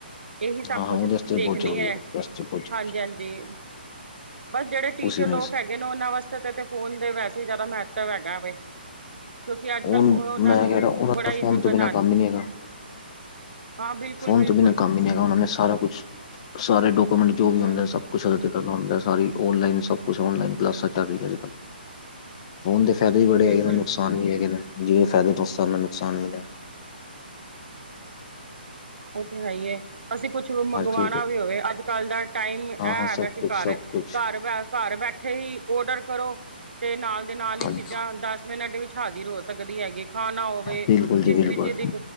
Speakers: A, on the right; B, on the left.
A: ਇਹੀ ਸਭ
B: ਹਾਂ-ਹਾਂ
A: ਕੁਛ
B: ਉਹਦੇ ਵਾਸਤੇ
A: ਦੇਖਣੀ
B: ਬਹੁਤ ਜ਼ਰੂਰੀ
A: ਹੈ
B: ਉਹਦੇ ਵਾਸਤੇ ਬਹੁਤ ਜ਼ਰੂਰੀ
A: ਹਾਂਜੀ -ਹਾਂਜੀ ਬਸ ਜਿਹੜੇ ਟੀਚਰ
B: ਉਸ ਨਹੀਂ
A: ਲੋਕ ਹੈਗੇ ਨੇ ਉਹਨਾਂ ਵਾਸਤੇ ਤੇ ਤੇ ਫੋਨ ਦੇ ਵੈਸੇ ਹੀ ਜ਼ਿਆਦਾ ਮਹੱਤਵ ਹੈਗਾ ਵ ਕਿਉਂਕਿ ਅੱਜ
B: ਹੁਣ
A: ਕੱਲ੍ਹ ਉਹਨਾਂ
B: ਮੈਂ
A: ਨੂੰ
B: ਕਹਿ ਰਿਹਾ ਉਹਨਾਂ
A: ਬੜਾ
B: ਦਾ
A: ਹੀ
B: ਫੋਨ
A: ਸੀ
B: ਤੋਂ
A: ਬਣਾ
B: ਬਿਨਾਂ ਕੰਮ ਹੀ ਨਹੀਂ ਹੈਗਾ
A: ਹਾਂ ਬਿਲਕੁਲ
B: ਫੋਨ
A: ਬਿਲਕੁਲ
B: ਤੋਂ ਬਿਨਾਂ ਕੰਮ ਹੀ ਨੀ ਹੈਗਾ ਉਹਨਾਂ ਨੇ ਸਾਰਾ ਕੁਛ ਸਾਰੇ ਡਾਕੂਮੈਂਟ ਜੋ ਵੀ
A: ਹਮ
B: ਹੁੰਦੇ ਸਭ ਕੁਛ ਉਦੇ ਤੇ ਕਰਨਾ ਹੁੰਦਾ ਸਾਰੀ ਉਨਲਾਈਨ ਸਭ ਕੁਛ ਉਨਲਾਈਨ ਕਲਾਸਾਂ ਚੱਲ ਰਹੀਆਂ ਅੱਜ ਕੱਲ ਫੋਨ ਦੇ ਫਾਇਦੇ ਵੀ ਬੜੇ
A: ਬਿਲਕੁਲ
B: ਹੈਗੇ ਨੇ ਨੁਕਸਾਨ ਵੀ ਹੈਗੇ ਨੇ ਜਿਵੇ ਫਾਇਦੇ ਸਕ ਨੁਕਸਾਨ ਵੀ
A: ਹਮ ਉਹ ਤੇ ਹੈਏ ਅਸੀਂ ਕੁਛ ਮੰਗਵਾਉਣਾ
B: ਹਰ ਚੀਜ਼ ਦੇ।
A: ਵੀ ਹੋਵੇ ਅੱਜ ਕੱਲ੍ਹ ਦਾ ਟਾਈਮ ਇਹ
B: ਹਾਂ ਹਾਂ ਸਭ
A: ਹੈਗਾ ਕਿ
B: ਕੁਛ
A: ਘਰ
B: ਸਭ ਕੁਛ
A: ਘਰ ਬੈ ਘਰ ਬੈਠੇ ਉੱਥੇ ਹੀ ਓਡਰ ਕਰੋ ਤੇ ਨਾਲ ਦੇ ਨਾਲ ਹੀ
B: ਹਾਂਜੀ
A: ਚੀਜ਼ਾਂ ਦਸ ਮਿੰਟ ਵਿੱਚ ਹਾਜ਼ਰ ਹੋ ਸਕਦੀ ਹੈਗੀ, ਖਾਣਾ ਹੋਵੇ
B: ਬਿਲਕੁਲ ਜੀ
A: ਕਿਸੇ
B: ਬਿਲਕੁਲ
A: ਵੀ ਚੀਜ਼ ਦੀ